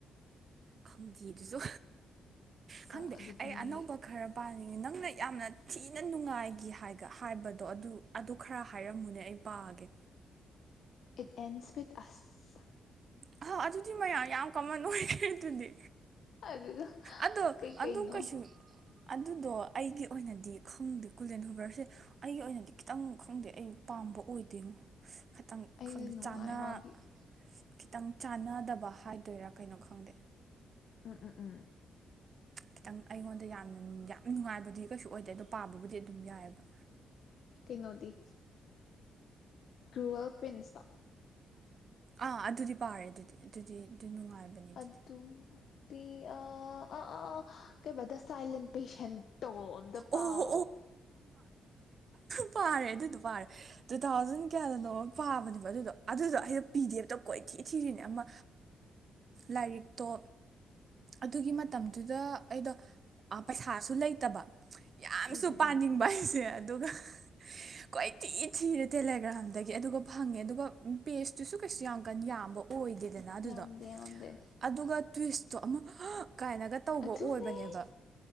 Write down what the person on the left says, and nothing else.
ꯑꯥ ꯑꯗꯨꯗꯤ
ꯏꯠ ꯑꯦꯟꯁꯕꯤꯠ ꯑꯁ
ꯑꯗꯨꯒ
ꯀꯩ ꯀꯩꯅꯣ
ꯑꯩꯗꯤ ꯅꯨꯡꯉꯥꯏ
ꯃꯥꯒꯤ
ꯎꯝ ꯎꯝ ꯎꯝ
ꯀꯩꯅꯣꯗꯤ ꯀ꯭ꯔꯨꯋꯦꯜ ꯄ꯭ꯤꯟꯁꯇ
ꯑꯗꯨ ꯇ ꯑ ꯑ ꯑ ꯑ ꯀꯩꯕꯗꯥꯥ ꯁꯇꯥꯏꯂꯤꯟ ꯄꯦꯁꯦꯟ ꯇꯧ ꯑꯣ ꯑꯝꯇꯥ ꯄꯥꯎ
ꯎꯝ ꯎꯝ
ꯎꯝ
ꯌꯥꯝꯗꯦ ꯌꯥꯝꯗꯦ
ꯑꯗꯨꯅꯦ